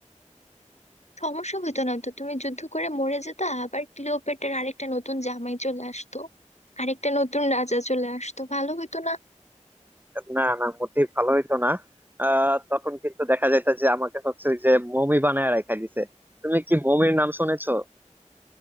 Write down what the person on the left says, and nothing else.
সমস্যা হতো না তো তুমি যুদ্ধ করে মরে যেতা আবার ক্লিওপেট্রার আরেকটা নতুন জামাই চলে আসতো আরেকটা নতুন রাজা চলে আসতো ভালো হতো না